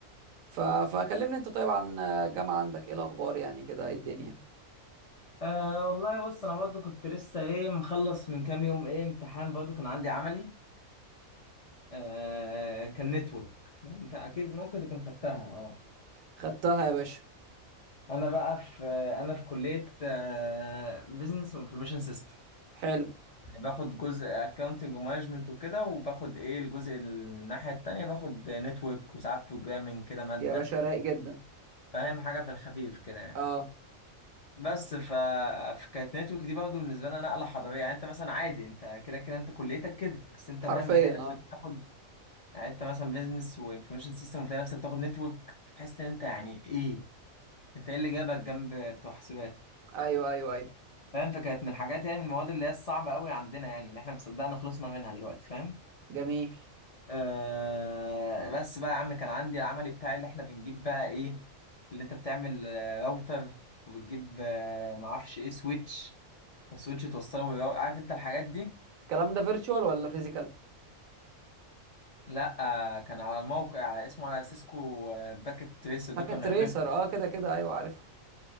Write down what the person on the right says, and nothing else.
ف... فكلمني انت طيب عن الجامعة عندك ايه الاخبار يعني كده ايه الدنيا
خدتها يا باشا
حلو
يا باشا رايق جدا
اه
حرفيا
اه
ايوه ايوه ايوه
جميل
الكلام ده فيرتشوال ولا فيزيكال
باكيت
ريسر
اه كده كده ايوه عارفها